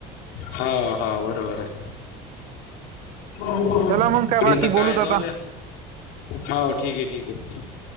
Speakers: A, on the left; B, on the right.
A: हा हा बरोबर आहे पता
B: चला मग काय बाकी बोलूत
A: काय
B: आता.
A: जाऊ द्या हो ठीक आहे ठीक आहे